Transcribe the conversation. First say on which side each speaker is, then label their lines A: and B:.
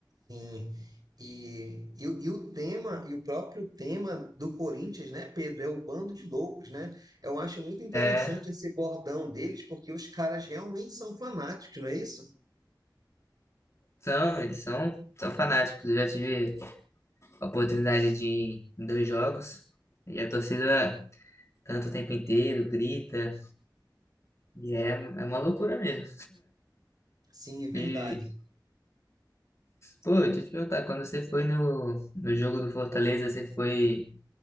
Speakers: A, on the right; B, on the left.
A: Sim. E, e, o e o tema, e o próprio tema do Corinthians, né, Pedro, é o bando de loucos, né? Eu acho muito interessante
B: É,
A: esse bordão deles, porque os caras realmente são fanáticos, não é isso?
B: são, eles são, são fanáticos. Eu já tive a oportunidade de ir em dois jogos e a torcida canta o tempo inteiro, grita, e é, é uma loucura mesmo.
A: Sim, é verdade.
B: E, pô, deixa eu te perguntar, quando você foi no, no jogo do Fortaleza, você foi.